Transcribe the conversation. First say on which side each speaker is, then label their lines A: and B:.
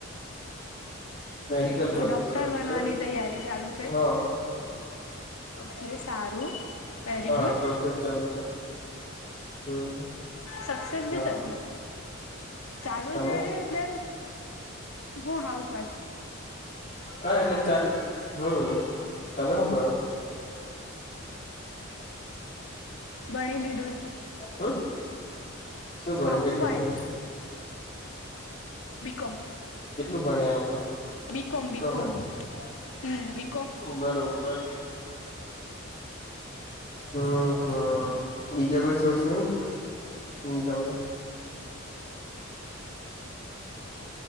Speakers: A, on the left (about 35°); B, on the left (about 80°).
A: medical
B: તો
A: કોલેજ
B: ડોક્ટર
A: ચાલુ
B: બનવાની,
A: છે
B: તૈયારી ચાલુ છે.
A: હા
B: ઓકે, સારું વેરી
A: હા
B: ગુડ,
A: પ્રોસેસ ચાલુ છે હમ
B: સક્સેસ
A: હા
B: બી થશે ચાલુ
A: તમે
B: છે, એટલે હું, હાઉસ વાફ
A: હા હા, એટલે ચાલ, હમ તમે હું, કરો?
B: બણી, લીડુ
A: હમ, શું ભણે
B: હાઉસવાઈફ
A: કેટલું ભણે
B: બીકમ
A: કેટલું ભણ્યા એમ
B: બકોમ, બિકમ.
A: કોમે
B: હમ બ.
A: બરોબર. હા, હા બીજા કોઈ, સોર્સ નહી? ઇન કમલા.